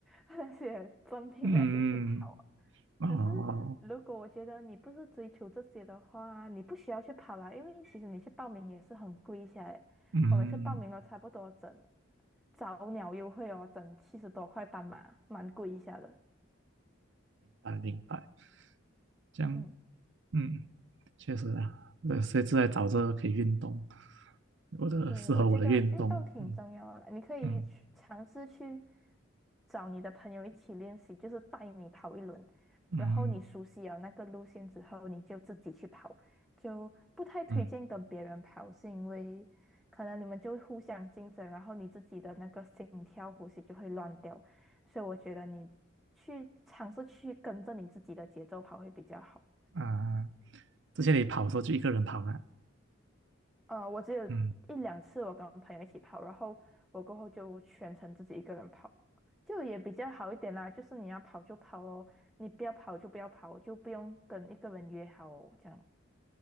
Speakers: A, in the centre; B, on the right.
A: <laughs> 那些赠品那些去跑啊
B: 嗯，嗯哦，
A: 可是，如果我觉得你不是追求这些的话，你不需要去跑啦，因为其实你去报名也是很贵一来。
B: 嗯，
A: 我每次报名都差不多整早鸟优惠哦，整七十多块半马，蛮贵一下的。
B: 啊，明白，这样，
A: 嗯。
B: 嗯，确实啊，对，所以就在找这个可以运动，我的适合我的运动，
A: 对，我觉得运动挺重要的你可以去尝试去
B: 嗯嗯
A: 找你的朋友一起练习，就是带你跑一轮，
B: 嗯
A: 然后你熟悉了那个路线之后，你就自己去跑，就不太推荐跟别人跑，
B: 嗯，
A: 是因为可能你们就会互相竞争，然后你自己的那个心跳呼吸就会乱掉，所以我觉得你去尝试去跟着你自己的节奏跑会比较好。
B: 啊，之前你跑的时候就一个人跑嘛，
A: 呃，我只有一两次我跟朋友一起跑，
B: 嗯，
A: 然后我过后就全程自己一个人跑，就也比较好一点啦。就是你要跑就跑哦，你不要跑就不要跑，就不用跟一个人约好哦这样。